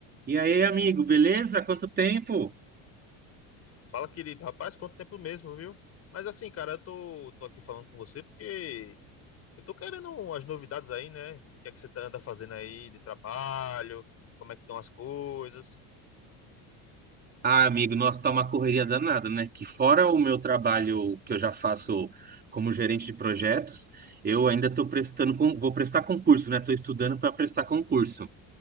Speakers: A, on the right; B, on the left.
A: E aí, amigo, beleza? Quanto tempo?
B: Fala, querido. Rapaz, quanto tempo mesmo, viu? Mas assim, cara, eu tô, tô aqui falando com você porque eu tô querendo umas novidades aí, né? O que é que você tá- anda fazendo aí de trabalho? Como é que estão as coisas?
A: Ah, amigo, nossa, tá uma correria danada, né? Que fora o meu trabalho que eu já faço como gerente de projetos, eu ainda tô prestando, con- vou prestar concurso, né? Tô estudando para prestar concurso.